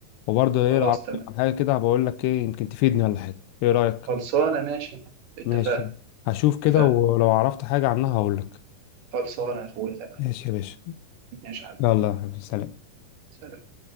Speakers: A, on the left (about 80°); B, on the right (about 60°).
A: وبرضه ايه
B: خلاص
A: لو عرفت
B: تمام
A: عن حاجه كده بقول لك ايه يمكن تفيدني ولا حاجه ايه رايك
B: خلصانة ماشي اتفقنا
A: ماشي هشوف كده
B: اتفقنا
A: ولو عرفت حاجه عنها هقول لك
B: خلصانة يا أخويا تمام
A: ماشي يا باشا
B: ماشي يا حبيبي
A: يلا يا حبيبي، سلام
B: سلام.